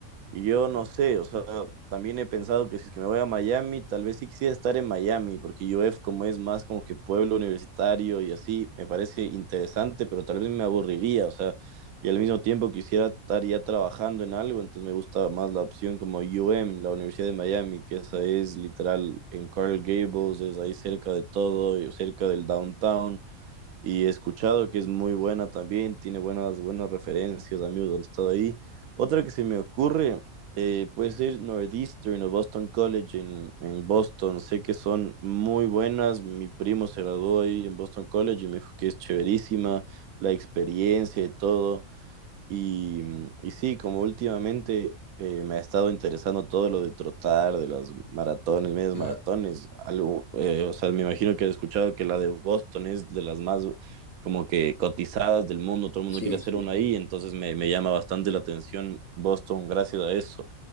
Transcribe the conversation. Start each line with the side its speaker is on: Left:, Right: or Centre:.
Right: Y yo no sé, o sea, también he pensado que si es que me voy a Miami, tal vez sí quisiera estar en Miami, porque UF como es más como que pueblo universitario y así, me parece interesante, pero tal vez me aburriría, o sea, y al mismo tiempo quisiera estar ya trabajando en algo, entonces me gusta más la opción como U M, la Universidad de Miami, que esa es literal en Coral Gables, es ahí cerca de todo, y cerca del downtown y he escuchado que es muy buena también, tiene buenas, buenas referencias, amigos han estado ahí. Otra que se me ocurre eh, puede ser Northeastern o Boston College en, en Boston, sé que son muy buenas, mi primo se graduó ahí en Boston College y me dijo que es chéverísima la experiencia y todo. Y, mm, y sí, como últimamente eh, me ha estado interesando todo lo de trotar, de las maratones, medias
Left: Claro,
Right: maratones, algo, eh, o sea, me imagino que has escuchado que la de Boston es de las más como que cotizadas del mundo, todo el mundo
Left: sí,
Right: quiere hacer
Left: sí,
Right: una ahí,
Left: sí.
Right: entonces me, me llama bastante la atención Boston gracias a eso.